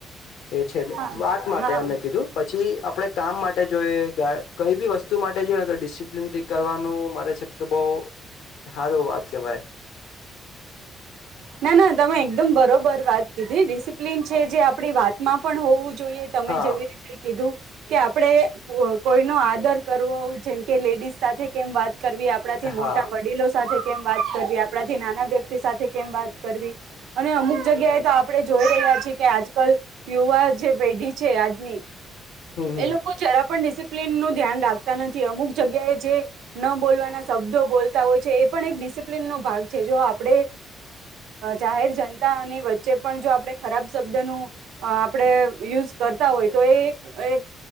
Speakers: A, on the left; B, on the right.
A: એ છે ન
B: હા
A: વાત માટે
B: હા
A: એં કીધું પછી આપણે કામ માટે જોઈ કઈ બી વસ્તુ માટે જોઈ ડિસિપ્લિનથી કરવાનું મારે <unintelligible> બવ હારો વાત કેવાય.
B: ના. ના. તમે એકદમ બરોબર વાત કીધી ડિસિપ્લીન છે, જે આપણી વાતમાં પણ હોવું જ જોઈએ તમે
A: હા
B: જેવી રીતે કીધું કે આપડે કોઈ નો આદર કરવો જેમ કે, લેડીસ સાથે કેમ વાત કરવી આપડાથી
A: હા
B: મોટા વડીલો સાથે કેમ વાત કરવી આપણાથી નાના વ્યક્તિ સાથે કેમ વાત કરવી અને અમુક જગ્યાએ તો આપણે જોઈ રહ્યા છીએ કે આજકાલ યુવા જે પેઢી છે આજની
A: હમ હમ
B: એ લોકો જરા પણ ડિસિપ્લિનનું ધ્યાન રાખતા નથી, અમુક જગ્યાએ જે ન બોલવાના શબ્દ બોલતા હોય છે, એ પણ એક ડિસિપ્લિનનો ભાગ છે, જો આપડે જાહેર જનતાની વચ્ચે પણ ખરાબ શબ્દનું આપડે આં યુઝ કરતા હોય તો એ એક